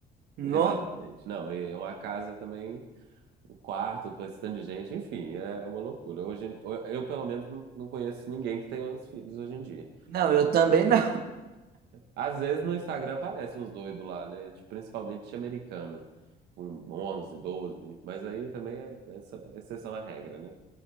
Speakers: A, on the right (about 65°); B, on the right (about 85°).
A: No.
B: exatamente. Não, e é uma casa também, o quarto, com esse tanto de gente, enfim, é, é uma loucura. Hoje, em- eu, eu, pelo menos, não, não conheço ninguém que tenha os filhos hoje em dia.
A: Não, eu também não.
B: Às vezes no Instagram aparecem uns doidos lá, né? Tipo, Principalmente americano, com 11 12 mas aí também é, é exceção à regra, né?